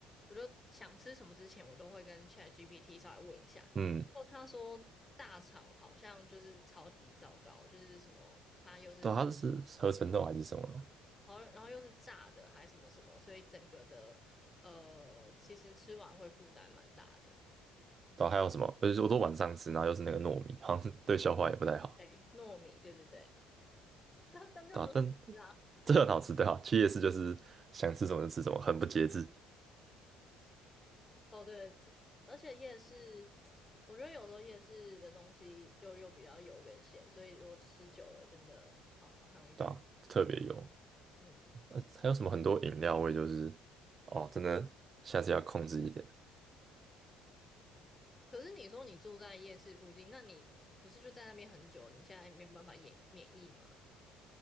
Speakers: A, on the left; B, on the right.
A: 我就想吃什么之前，我都会跟 ChatGPT 稍微问一下。然后他说大肠好像就是超级糟糕，
B: 嗯，
A: 就是什么它又是
B: 对啊它是合成豆还是什么的嘛
A: 好像，然后又是炸的，还什么什么，所以整个的呃，其实吃完会负担蛮大的。
B: 对啊还有什么？而且我都晚上吃，然后又是那个糯米，好像 <laughs> 对消化也不太好。
A: 对，糯米，对对对，<laughs> 但就很好吃啊。
B: 对啊，但这很好吃，对啊，去夜市就是想吃什么就吃什么，很不节制，
A: 哦，对，这而且夜市，我觉得有时候夜市的东西就又比较油跟咸，所以如果吃久了，真的呃很容易变。
B: 对啊，特别油。
A: 嗯，
B: 呃，还有什么很多饮料味，就是哦，真的下次要控制一点。
A: 可是你说你住在夜市附近，那你不是就在那边很久？你现在没有办法免免疫吗？